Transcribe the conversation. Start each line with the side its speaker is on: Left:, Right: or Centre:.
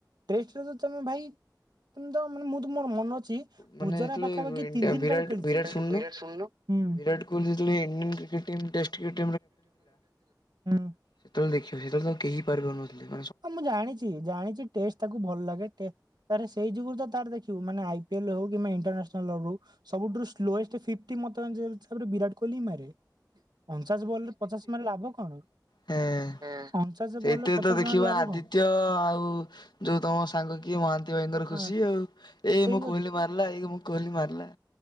Right: ଟେଷ୍ଟ୍ ରେ ତମେ ଭାଇ, ତମେ ତ ମୁଁ ତ ମୋର ମନ ଛି
Left: ମାନେ
Right: ପୂଜାରେ
Left: ଯେତେବେଳେ
Right: ପାଖାପାଖି ତିନି ଦିନ୍
Left: ବିରାଟ
Right: କାଳେ ଖେଳିଛି।
Left: ବିରାଟ
Right: ଟିକେ
Left: ଶୁଣୁନ
Right: ଶୁନୁ। ହୁଁ।
Left: ବିରାଟ କୋହଲି ଯେତେବେଳେ Indian cricket team test cricket
Right: <unintelligible>
Left: ସେତେଳେ ଦେଖିବ ସେତେବେଳେ ଆଉ କେହି ପାରୁ ନଥିଲେ।
Right: ହଁ ମୁଁ ଜାଣିଛି ଜାଣିଛି ଟେଷ୍ଟ ତାକୁ ଭଲ ଲାଗେ, ଟେ ତାର ସେଇ ଯୁଗରୁ ତାର ଦେଖିବୁ ମାନେ ଆଇ ପିଏଲ୍ ହଉ କିମ୍ବା ଇଣ୍ଟରନାସନାଲ ର ହଉ ସବୁଠୁ ସ୍ଲୋଏଷ୍ଟ ଫ୍ଟିଟ୍ ମତାବରେ ବିରାଟ କୋହଲି ମାରେ ଅଞ୍ଚାସ ବଲରେ ପଚାଶ ମାରିଲେ ଲାଭ କଣ?
Left: ହେଁ
Right: ହୁଁ। ଅଞ୍ଚାସ
Left: ସେଇଥିରେ
Right: ବଲରେ ପଚାଶ
Left: ତ ଦେଖିବା
Right: ମାରିଲେ ଲାଭ
Left: ଆଦିତ୍ୟ
Right: କଣ
Left: ଆଉ ଯୋଉ ତମ ସାଙ୍ଗ କିଏ ମହାନ୍ତି ଭାଇ ଙ୍କର
Right: ହଁ
Left: ଖୁସି ଆଉ। ଏଇ
Right: ସେଇ
Left: ମୁଁ କୋହଲି ମାରିଲା ଏଇ ମୁଁ କୋହଲି ମାରିଲା।